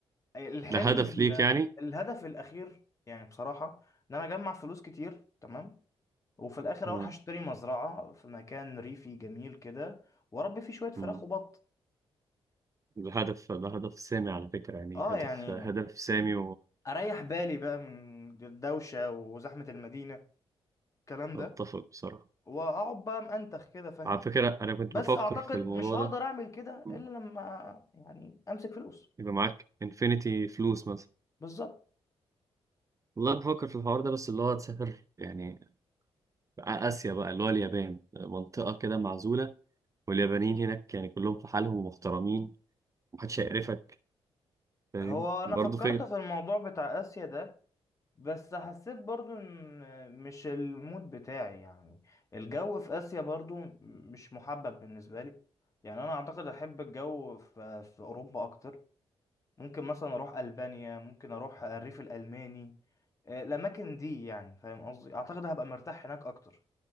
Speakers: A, on the left; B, on the right.
A: الحلم
B: ده هدف
A: ال-
B: ليك يعني
A: الهدف الاخير يعني بصراحه ان انا اجمع فلوس كتير تمام وفي الاخر
B: اه
A: اروح اشتري مزرعه في مكان ريفي جميل كده واربي فيه شويه فراخ
B: امم
A: وبط
B: ده هدف ده هدف سامي على فكرة يعني
A: اه
B: هدف
A: يعني
B: هدف سامي
A: اريح بالي بقى من الدوشه وزحمه المدينه الكلام
B: واتفق
A: ده
B: بصراحة
A: واقعد بقى منتخ كده فاهم
B: على فكرة انا كنت
A: بس
B: بفكر
A: اعتقد
B: في الموضوع
A: مش هقدر
B: ده
A: اعمل كده الا
B: مم.
A: لما يعني امسك فلوس
B: يبقى معاك انفينيتي فلوس مثلا
A: بالظبط
B: والله بفكر في الحوار ده بس اللي هو تسافر يعني آسيا بقى اللي هو اليابان منطقة كده معزولة واليابانيين هناك يعني كلهم في حالهم ومحترمين محدش هيقرفك فاهم
A: هو انا
B: برضه
A: فكرت
B: فكرة
A: في الموضوع بتاع اسيا ده بس حسيت برضو ان مش المود بتاعي يعني الجو في اسيا برضو مش محبب بالنسبه لي يعني انا اعتقد احب الجو في في اوروبا اكتر ممكن مثلا اروح البانيا ممكن اروح الريف الالماني آه، الاماكن دي يعني فاهم قصدي اعتقد هبقى مرتاح هناك اكتر